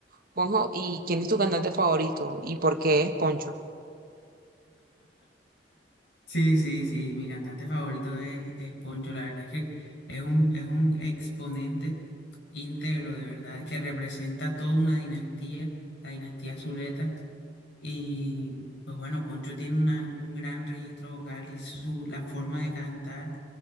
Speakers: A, on the right; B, on the left.
A: Juanjo, ¿y quién es tu cantante favorito? ¿Y por qué es Poncho?
B: Sí, sí, sí, mi cantante favorito es, es Poncho, la verdad es que es un, es un exponente íntegro de verdad, que representa toda una dinastía, la dinastía Zuleta, y pues bueno, Poncho tiene una- un gran registro vocal y su, la forma de cantar